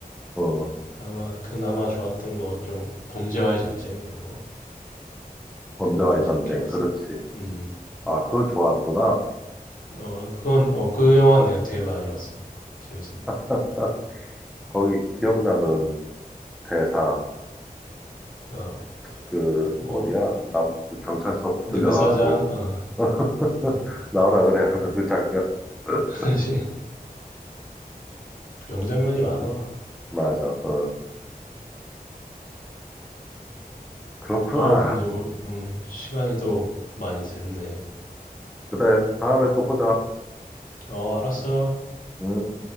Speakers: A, in the centre; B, on the left.
A: 어,
B: 아마 그나마 좋았던 거 좀 범죄와의 전쟁 이런 거
A: 범죄와의
B: 그런 건
A: 전쟁.
B: 재밌게 봤어.
A: 그렇지.
B: 음,
A: 아, 그걸 좋아하는구나.
B: 어, 그건 어, 그 영화는 내가 되게 많이 봤어. 재밌어서.
A: <laughs> 아, 거기 기억나는 대사.
B: 어,
A: 그,
B: 뭐
A: 어디야? 남, 그 경찰서 붙들려갖고,
B: 느그서장, 어,
A: <laughs>
B: 어,
A: 나오라 그래 하는 그 장면. <laughs>
B: <laughs> 사 명장면이 많아.
A: 맞아. 어. 그렇구나.
B: 어, 근데 오- 음, 시간이 또 많이 됐네.
A: 그래. 다음에 또 보자.
B: 어, 알았어.
A: 응.